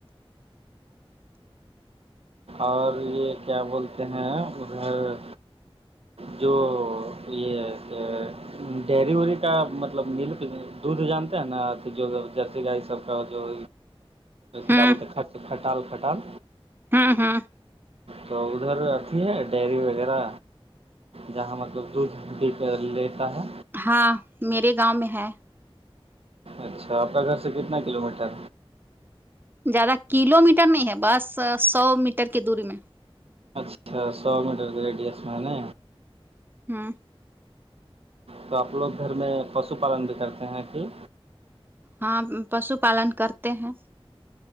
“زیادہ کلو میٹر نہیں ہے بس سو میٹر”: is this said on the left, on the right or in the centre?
Right